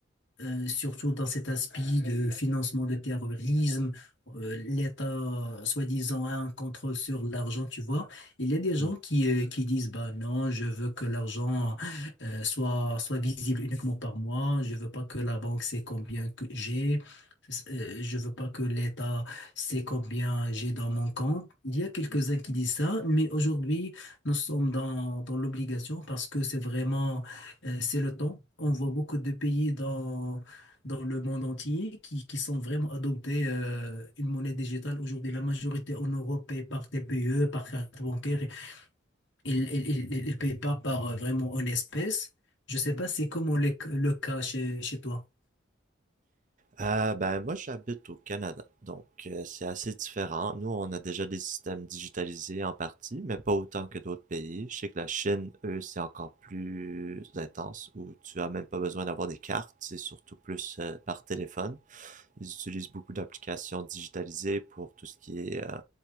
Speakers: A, on the left; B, on the right.
A: euh, surtout dans cet aspect de financement de terrorisme, euh, l'État, soi-disant, a un contrôle sur l'argent, tu vois. Il y a des gens
B: hmm.
A: qui, euh, qui disent, bah non, je veux que l'argent euh, soit, soit visible uniquement par moi, je veux pas que la banque sait combien que j'ai. euh, Je veux pas que l'État sait combien j'ai dans mon compte. Il y a quelques-uns qui disent ça, mais aujourd'hui, nous sommes dans, dans l'obligation parce que c'est vraiment euh, c'est le temps. On voit beaucoup de pays dans, dans le monde entier qui, qui sont vraiment adoptés euh, une monnaie digitale. Aujourd'hui, la majorité en Europe paye par TPE, par carte bancaire. Ils ne payent pas par euh, vraiment en espèces. Je ne sais pas, c'est comment le, le cas chez, chez toi.
B: Euh, ben moi j'habite au Canada, donc euh, c'est assez différent. Nous on a déjà des systèmes digitalisés en partie, mais pas autant que d'autres pays. Je sais que la Chine, eux, c'est encore plus intense, où tu as même pas besoin d'avoir des cartes, c'est surtout plus euh, par téléphone. Ils utilisent beaucoup d'applications digitalisées pour tout ce qui est euh,